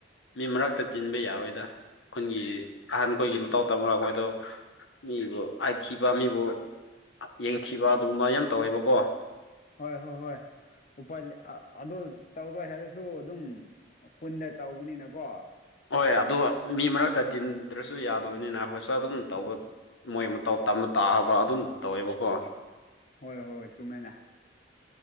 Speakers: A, on the left; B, on the left.
A: ꯃꯤ ꯃꯔꯛꯇ ꯇꯤꯟꯕ ꯌꯥꯔꯣꯏꯗ ꯈꯨꯟꯒꯤ ꯑꯍꯟꯈꯣꯏꯒꯤ ꯃꯇꯧ ꯇꯝꯃꯒ ꯑꯩꯈꯣꯏꯗꯣ ꯃꯤꯕꯨ ꯑꯥꯏꯊꯤꯕ ꯃꯤꯕꯨ ꯌꯦꯡꯊꯤꯕ ꯑꯗꯨꯒꯨꯝꯕ ꯌꯥꯝ ꯇꯧꯋꯦꯕꯀꯣ
B: ꯍꯣꯏ ꯍꯣꯏ ꯍꯣꯏ ꯎꯄꯥꯏ ꯃꯩ ꯑ ꯑꯗꯨ ꯇꯧꯔꯣꯏ ꯍꯥꯏꯔꯁꯨ ꯑꯗꯨꯝ ꯀꯨꯟꯗ ꯇꯧꯕꯅꯤꯅꯀꯣ
A: ꯍꯣꯏ ꯑꯗꯨꯗꯣ ꯃꯤ ꯃꯔꯛꯇ ꯇꯤꯟꯗ꯭ꯔꯁꯨ ꯌꯥꯗꯕꯅꯤꯅ ꯑꯩꯈꯣꯏꯁꯨ ꯑꯗꯨꯝ ꯇꯧꯕ ꯃꯣꯏ ꯃꯇꯧ ꯇꯝꯕ ꯇꯥꯕ ꯑꯗꯨꯝ ꯇꯧꯋꯦꯕꯀꯣ
B: ꯍꯣꯏ ꯍꯣꯏ ꯍꯣꯏ ꯆꯨꯝꯃꯦꯅ